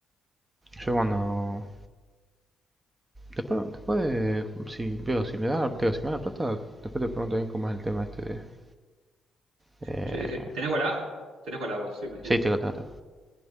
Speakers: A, on the right (about 20°); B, on the right (about 75°).
A: Yo cuando. Después, después de- si veo, si me da, digo, si me da la plata, después te pregunto bien cómo es el tema este de. Eh...
B: Sí, sí. ¿Tenés Walla? Tenés Walla vos, sí, me dijiste,
A: Sí, tengo,
B: sí.
A: tengo, tengo.